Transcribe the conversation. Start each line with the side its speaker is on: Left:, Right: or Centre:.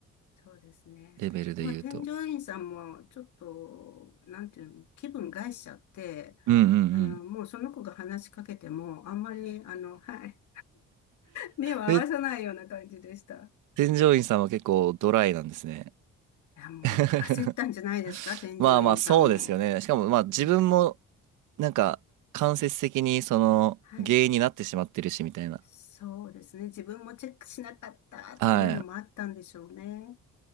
Left: そうですね。
Right: レベルで言うと。
Left: まあ、添乗員さんも、ちょっと、なんていうの、気分害しちゃって、
Right: うんうん
Left: あの、もうその子が話しかけても、あんまり、あの、はい、目を合わさないような感じでした。
Right: うん。で、添乗員さんは結構ドライなんですね。
Left: はい。いや、もう焦ったんじゃないですか、
Right: <laughs>
Left: 添乗員さんも。
Right: まあまあ、そうですよね。しかも、まあ自分も、
Left: ね。
Right: なんか、間接的にその原因になってしまってるし、
Left: はい。
Right: みたいな。
Left: そうですね。自分もチェックしなかったっていうのもあったんでしょうね。
Right: はい。